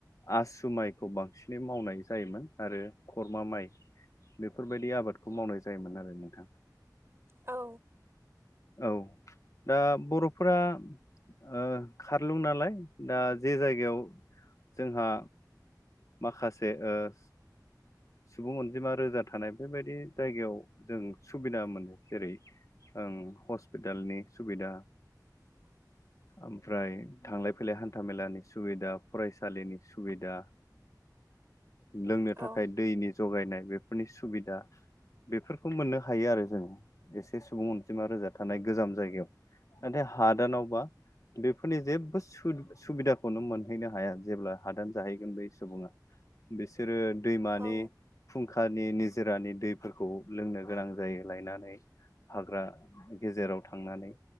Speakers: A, on the left; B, on the right.
A: आसु माइखौ बांसिनै मावनाय जायोमोन आरो खरमा माइ बेफोरबायदि आबादखौ मावनाय जायोमोन आरो नोंथां।
B: औ
A: औ दा बर'फोरा ओ खारलुं नालाय दा जे जायगायाव जोंहा माखासे ओ सुबुं अनजिमा रोजा थानाय बेबायदि जायगायाव जों सुबिदा मोनो जेरै ओं हस्पिटालनि सुबिदा
B: <inaudible>
A: ओमफ्राय थांलाय फैलाय हान्था मेलानि सुबिदा फरायसालिनि सुबिदा लोंनो
B: औ
A: थाखाय दैनि जगायनाय बेफोरनि सुबिदा बेफोरखौ मोननो हायो आरो जों एसे सुबुं अनजिमा रोजा थानाय गोजाम जायगायाव। नाथाय हादानावबा बेफोरनि जेबो सु सुबिदाखौनो मोनहैनो हाया जेब्ला हादान जाहैगोन बे सुबुङा बिसोरो दैमानि
B: औ
A: फुंखानि निजोरानि दैफोरखौ लोंनो गोनां जायो लायनानै हाग्रा गेजेराव थांनानै